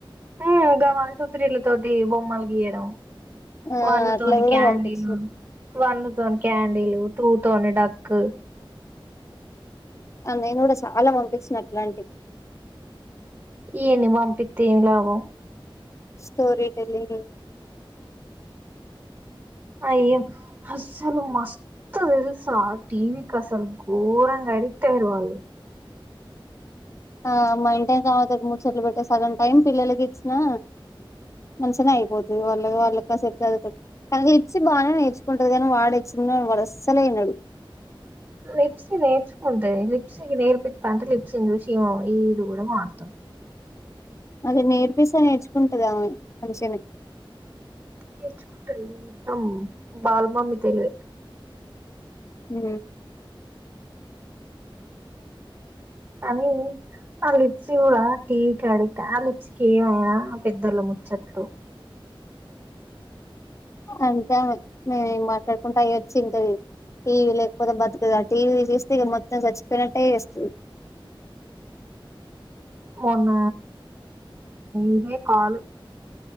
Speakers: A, on the right; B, on the left.
A: హ గ వన్ టూ త్రీలు తోటి బొమ్మల్ గీయడం
B: ఆ
A: వాళ్ళు
B: అట్లా
A: తని
B: కూడా
A: క్యాడిల్
B: పంపించిన
A: వాళ్ళు తన క్యాడిల్ టూ తోనే డకు
B: నేను కూడా చాలా పంపించిన ఇట్లాంటి
A: ఈని పంపితే ఏమీ లాభం
B: స్టోరీ తెలిదు
A: అయ్యో అస్సలు మస్త స టీవి కస అసలు గోరంగా ఎడిక్ట్ అయ్యారు వాళ్ళు
B: ఆ మై టైం కాతడు మూడు చెట్లు పెట్టే సగం టైం పిల్లలకి ఇచ్చినా మంచిగానే అయిపోతుది వాళ్ళ వాళ్ళకిసెట్ చదువుతుంది కానీ ఇచ్చి బాగానే నేర్చుకుంటది కానీ వాడె చిన్నోడు అస్సలే వినడు
A: లిప్స్ నేర్చుకుంటయి లిప్స్ నేర్పిస్తా అంటే లిప్స్ ఇందుషమ ఇ ఇది కూడా మారుతది
B: అద నేర్పిస్తా నేర్చుకుంటది ఆమె మంచిగనే
A: నేర్చుకుంటా మొత్తం బాలమమి తెలివే
B: హ
A: కానీ ఆ లిప్సీ కూడా టీ క అడిక్ట ఆ లిప్సీకి ఏమయినా పెద్దళ్ళ ముచ్చట్లు
B: అంతే ఆమె మేము మాట్లాడుకుంటా అ వచ్చి ఇంట టీవీ లేకపోతే బతుకదుా టీవీ చేస్తే ఇక మొత్తం చచ్చిపోయినట్టే చేస్తది.
A: మన్న ఇదే కాల్